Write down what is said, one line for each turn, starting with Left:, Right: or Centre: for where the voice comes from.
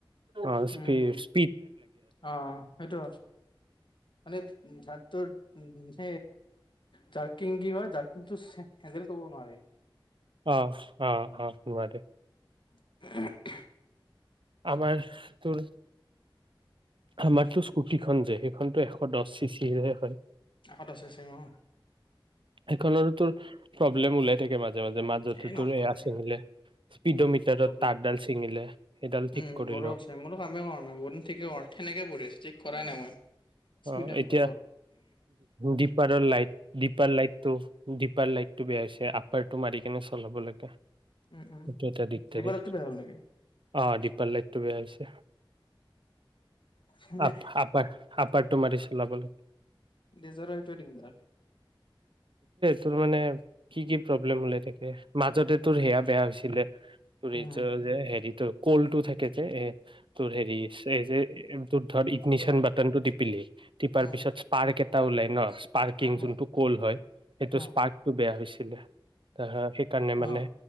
Right: অ স্পী
Left: উম অ সেইটো মানে উ ধানটো উ স জাৰ্কিং কি হয় জাৰ্কিংটো হেন্দেল কব নোৱাৰে
Right: অ অ অ মাৰে
Left: আহ
Right: আমাৰ তোৰ আমাৰতো স্কুটিখন যেহেতু এখনতো এশ দহ চিচিে হয়
Left: কাষত আছে চিম অ
Right: এখনৰ তোৰ প্ৰব্লেম ওলাই থাকে মাজে মাজে মাজে মাজতে
Left: এই নকবি
Right: তোৰ এয়া ছিঙিলে
Left: আৰু
Right: স্পীডৰ মিটাৰত
Left: বহুত প্ৰব্লেম
Right: তাঁাকডাল ছিঙিলে সেইডাল ঠিক
Left: উম
Right: কৰিলো
Left: মোৰো আছে মোৰো কামেই কৰা নাই বহুত দিন ঠিকে কৰা সেনেকে পৰিঢছ ঠিক কৰাই নাই মই স্পিডমিটাৰত
Right: অ এতিয়া দিপাৰৰ লাইট দিপাৰ লাইটটো দপাৰ লাইটটো বেয়া হৈছে আপাৰটো মাৰি কেনে চলাব লাগে
Left: উম উম
Right: সেইটো এটা দিগদাৰি
Left: দিবা ৰাতি বেয়া হ'ল নেকি
Right: অ দপাৰ লাইটটো বেয়া হৈছে
Left: মানে
Right: আপ আপাৰ আ টো মাৰি চলাবে
Left: নিজৰ সেইটোৱে দিগদাৰ
Right: তোৰ মানে কি কি প্ৰব্লেম ওলাই থাকে মাজতে তোৰ সেয়া বেয়া হৈছিলে ত
Left: উম
Right: যে হেৰিটো কলটো থাকে যে এ তোৰ হেৰি যে তোৰ ধৰ ইগনিচিয়ান
Left: উম
Right: বাটনটো টিপিলি টিপাৰ
Left: উম
Right: পিছত স্পাৰ্ক এটা ত ওলাই ন পাৰ্কিং
Left: উম
Right: যোনটো ক'ল হয় সেইটো
Left: হুম
Right: স্পাৰ্কটো বেয়া হৈছিলে সেইকাৰণে মানে
Left: অ